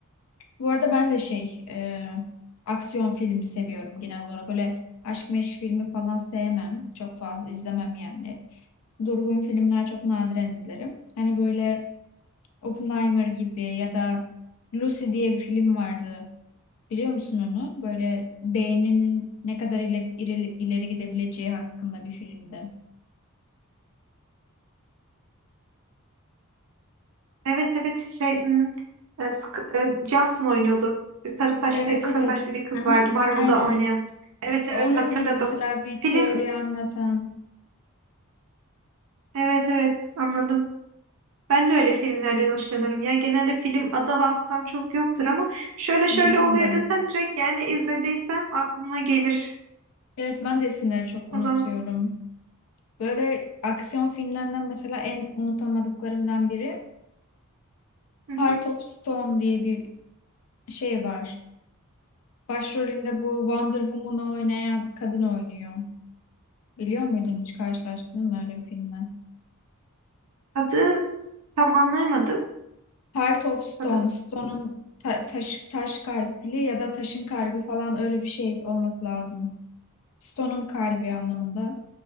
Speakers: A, on the left; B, on the right.
A: Bu arada ben de şey e, aksiyon filmi seviyorum genel olarak. Öyle aşk meşk filmi falan sevmem. Çok fazla izlemem yani. Durgun filmler çok nadiren izlerim. Hani böyle Oppenheimer gibi ya da Lucy diye bir film vardı. Biliyor musun onu? Böyle beyninin ne kadar ileri, ileri, ileri gidebileceği hakkında bir filmdi.
B: Evet evet şey hmm, e, Sk- e, Johnson oynuyordu. Sarı saçlı
A: Evet
B: kısa
A: evet.
B: saçlı bir kız
A: Aha.
B: vardı Marvel'da
A: Aynen.
B: oynayan. Evet
A: Onun
B: evet hatırladım.
A: gibi mesela bir
B: Film
A: teori anlatan
B: evet evet anladım. Ben de öyle filmlerden hoşlanırım ya. Genelde film adı hafızam çok yoktur ama şöyle şöyle
A: benim
B: oluyor
A: de.
B: desen direkt yani izlediysem aklıma gelir.
A: Evet ben de isimleri çok unutuyorum.
B: O zaman
A: Böyle aksiyon filmlerinden mesela en unutamadıklarımdan biri
B: hı
A: Heart
B: hı.
A: of Stone diye bir şey var. Başrolünde bu Wonder Woman'ı oynayan kadın oynuyor. Biliyor muydun hiç karşılaştın mı öyle bir filmle?
B: Adı tam anlayamadım.
A: Heart of Stone,
B: Adı
A: Stone'un ta- taş, taş kalpli ya da taşın kalbi falan öyle bir şey olması lazım. Stone'un kalbi anlamında.